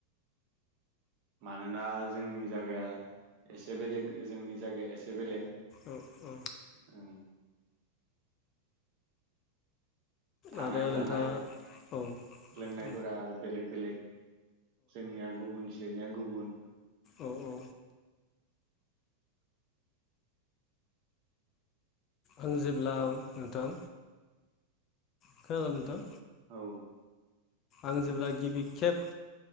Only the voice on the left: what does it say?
औ औ
आरो नोंथाङा
औ
औ
औ औ आं जेब्ला नोंथां खोनादों नोंथां
आं जेब्ला गिबि खेब